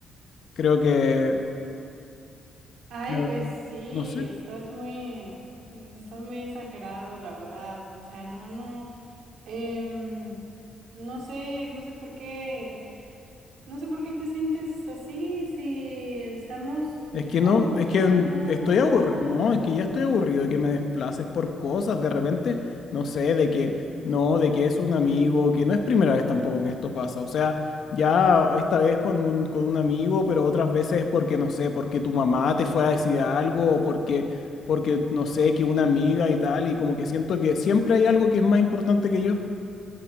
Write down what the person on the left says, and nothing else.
creo que...
Creo
No sé.
Es
que no, es
que
estoy
aburrido.
No,
es que ya estoy aburrido de que me desplaces por cosas. De repente, no sé, de que no, de que es un amigo, que no es primera vez tampoco que esto pasa. O sea, ya esta vez con un, con un amigo, pero otras veces porque, no sé, porque tu mamá te fue a decir algo, o porque, porque, no sé, que una amiga y tal, y como que siento que siempre hay algo que es más importante que yo.